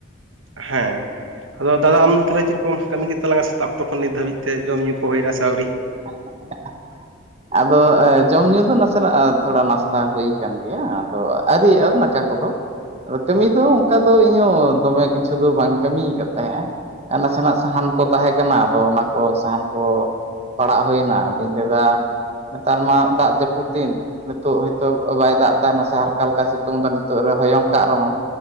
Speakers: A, on the right; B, on the right.
A: ᱦᱮᱸ ᱟᱫᱚ ᱫᱟᱫᱟ ᱟᱢ ᱫᱚ ᱛᱟᱦᱚᱞᱮ ᱪᱮᱫ ᱠᱚᱢ ᱠᱟᱹᱢᱤ ᱠᱮᱫ ᱛᱟᱞᱟᱝᱟ? ᱛᱟᱵ ᱛᱚ ᱠᱷᱚᱱ ᱱᱤᱛ ᱫᱷᱟᱹᱵᱤᱡ ᱛᱮ ᱡᱚᱢ ᱧᱩ ᱠᱚ ᱦᱩᱭ ᱮᱱᱟ ᱥᱮ ᱟᱹᱣᱨᱤ?
B: <inaudible> ᱟᱫᱚ ᱮᱸ ᱡᱚᱢ ᱧᱩ ᱫᱚ ᱱᱟᱥᱮᱱᱟᱜ ᱛᱷᱚᱲᱟ ᱱᱟᱥᱛᱟ ᱦᱩᱭ ᱠᱟᱱ ᱜᱮᱭᱟ ᱟᱫᱚ ᱟᱹᱣᱨᱤᱭᱟᱜ-ᱟ ᱫᱟᱠᱟ ᱠᱚᱫᱚ, ᱟᱫᱚ ᱠᱟᱹᱢᱤ ᱫᱚ ᱚᱱᱠᱟ ᱫᱚ ᱤᱧᱦᱚᱸ ᱫᱚᱢᱮ ᱠᱤᱪᱷᱩ ᱫᱚ ᱵᱟᱹᱧ ᱠᱟᱹᱢᱤ ᱠᱟᱫ ᱛᱟᱦᱮᱸᱜ-ᱟ, ᱟᱨ ᱱᱟᱥᱮᱱᱟᱜ ᱥᱟᱦᱟᱱ ᱠᱚ ᱛᱟᱦᱮᱸ ᱠᱟᱱᱟ ᱟᱫᱚ ᱚᱱᱟ ᱠᱚ ᱥᱟᱦᱟᱱ ᱠᱚᱼᱼ ᱯᱟᱲᱟᱜ ᱦᱩᱭ ᱮᱱᱟ ᱟᱫᱚᱧ ᱞᱟᱹᱭᱫᱟ ᱱᱮᱛᱟᱨ ᱢᱟ ᱫᱟᱜ ᱡᱟᱹᱯᱩᱫ ᱫᱤᱱᱼᱼ ᱱᱤᱛᱚᱜ ᱱᱤᱛᱚᱜ, ᱵᱟᱭ ᱫᱟᱜ ᱮᱫᱟ, ᱱᱟᱥᱮ ᱦᱟᱞᱠᱟ ᱦᱟᱞᱠᱟ, ᱥᱤᱛᱩᱝ ᱮᱫᱟ, ᱱᱤᱛᱚᱜ ᱨᱮ ᱦᱚᱭᱚᱝ ᱠᱟᱜ ᱨᱮᱦᱚᱸᱢ